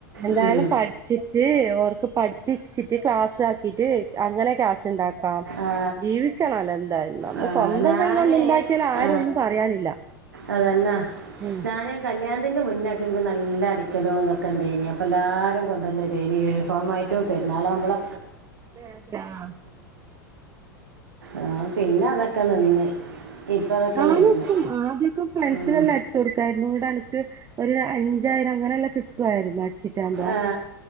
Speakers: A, on the right; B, on the right.
A: എന്തായാലും
B: ഉം.
A: പഠിച്ചിട്ട് ഓർക്ക് പഠിപ്പിച്ചിട്ട് ക്ലാസ് ആക്കിട്ട് അങ്ങനെ ക്യാഷ് ഉണ്ടാക്കാം
B: ആ
A: ജീവിക്കണല്ലോ എന്തായാലും നമ്മ
B: ആ
A: സ്വന്തം
B: ഞാന്
A: കൈ കൊണ്ട് ഉണ്ടാക്കിയാൽ ആരും
B: ആ
A: ഒന്നും പറയാനില്ല
B: അതന്നാ
A: ഉം
B: ഞാന് കല് ല്യാണത്തിന്റെ മുന്നേ ഒക്കെ എനിക്ക് നല്ല അടിക്കലോതൊക്കെ ഉണ്ടിനി അപ്പം എല്ലാവരും കൊണ്ടുവന്ന് തരിനി യുണി ഫോമായിട്ടും പെരുന്നാളാകുമ്പള
A: <unintelligible>
B: ആ പിന്നെ അതൊക്കെ നിന്ന് ഇപ്പൊ അതൊക്കെ
A: നൊക്കും
B: നിന്ന്
A: ആദ്യക്കെ ഫ്രണ്ട്സിനെല്ലാം
B: ഉം
A: അടിച്ച് കൊടുക്കായിരുന്നു ഇവിടെ എനിക്ക് ഒരു അഞ്ച് <unintelligible> അങ്ങനെയെല്ലാം കിട്ടുവായിരുന്നു ചിട്ട്ആമ്പോ
B: ആ